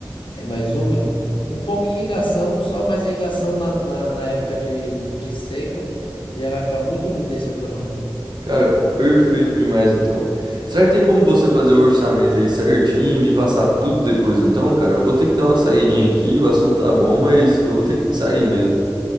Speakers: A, on the left; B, on the right.
A: é mais úmido, com pouca irrigação, só mais irrigação na, na, na época de, de seca, já vai ficar muito lindo esse seu gramado.
B: Cara, perfeito demais então. Será que tem como você fazer o orçamento aí certinho e me passar tudo depois então, cara? Eu vou ter que dar uma saidinha aqui, o assunto tá bom, mas eu vou ter que sair mesmo.